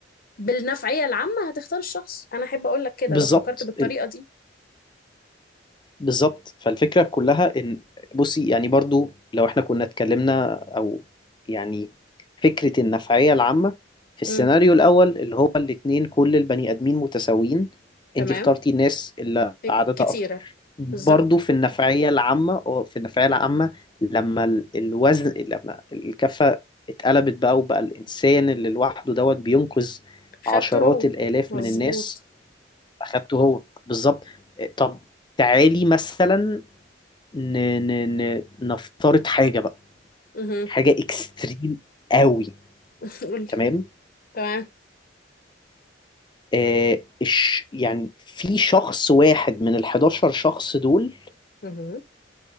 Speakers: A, on the left; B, on the left.
A: بالنفعية العامة هتختار الشخص أنا أحب أقول لك كده
B: بالظبط
A: لو فكرت بالطريقة دي
B: بالظبط فالفكرة كلها إن بصي يعني برضو لو إحنا كنا اتكلمنا أو يعني فكرة النفعية العامة في السيناريو
A: امم
B: الأول اللي هو الاتنين كل البني آدمين متساويين أنت
A: تمام
B: اخترتي الناس اللي
A: إيه،
B: عددها
A: كتيرة
B: أكتر برضو
A: بالظبط
B: في النفعية العامة أو في النفعية العامة لما ال- الوزن لما الكفة اتقلبت بقى وبقى الإنسان اللي لوحده دوت بينقذ عشرات
A: خدته هو
B: الآلاف
A: مظبوط
B: من الناس اخدته هو بالظبط طب تعالي مثلا ن... ن... ن... نفترض حاجه بقى
A: اها
B: حاجه اكستريم قوي
A: <laughs> قولي
B: تمام
A: تمام
B: آه إش... يعني في شخص واحد من ال 11 شخص دول
A: اها